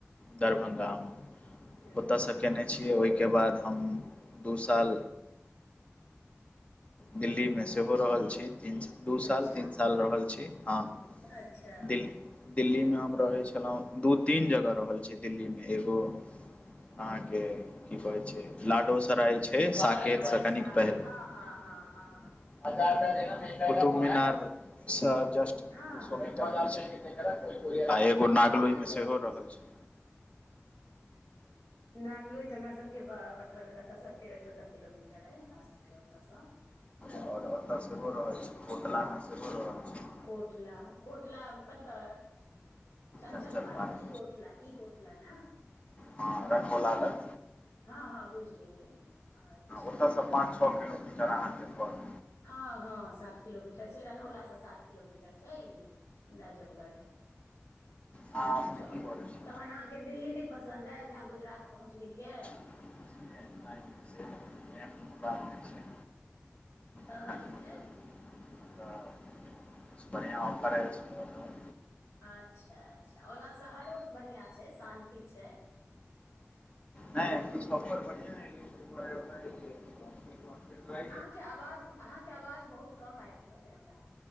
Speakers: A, on the left (about 25°); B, on the left (about 70°).
A: दरभंगा म
B: हूँ
A: ओतऽ स केने छीये ओहि ओहिके बाद हम दू साल दिल्ली मे सेहो रहल छी तीन सा दू
B: अच्छा
A: साल तीन साल रहल छी हँ
B: अच्छा
A: दिल्ली दिल्ली में हम रहे छलौं दू तीन जगह रहल दिल्ली मे एगो अहाँके की कह छै लाडोसराय छै साकेत
B: अच्छा
A: स कनिक पहिले
B: हँ हँ हँ हँ
A: कुतुम मीनारसँ जस्ट
B: हँ
A: दू
B: हँ हँ
A: सौ मीटर
B: हँ
A: पीछे।
B: हँ
A: आ एगो
B: हँ
A: नागलोइमे
B: हँ जानै
A: सेहो रहल छी।
B: नागलो तऽ हमरा सबके बा मतलब एतऽसँ तेरह चौदह किलोमीटर अइ हमरा सबके ओतऽसँ।
A: और ओतऽ सेहो रहल छी कोटला मे सेहो रहैत छी।
B: कोटला कोटला कतऽ चंचल
A: चञ्चल
B: पारक
A: पार्क
B: ई कोटला ई कोट ने।
A: हँ रखोला लग।
B: हँ हँ बुझि गेलियै अच्छा।
A: ओतयसँ पाँच छ किलो मिट टर अहाँके परत।
B: हँ हँ सात किलोमीटर छै रनहौला स सात किलोमीटर छै ई नाजबगढ़
A: अहाँ अपने
B: चलू
A: की करै छी
B: तहन अहाँके दिल्ली नहि पसन्द आयल जे अहाँ गुजरात पहुँच गेलियै।
A: एहन कोनो बात नय छै।
B: तहन
A: अच्छा <unintelligible>
B: फेर
A: तऽ <unintelligible> बढ़िआं ऑफर एल छेलैया तऽ
B: अच्छा अच्छा ओना शहरो बढ़ियां छै शान्ति छै।
A: नैय किछ ऑफर बढ़ियां एलैयै तैय दुआरे ओकरा जे छैय <unintelligible>
B: अहाँके अवाज अहाँके अवाज बहुत कम आइब रहल अय हमरा।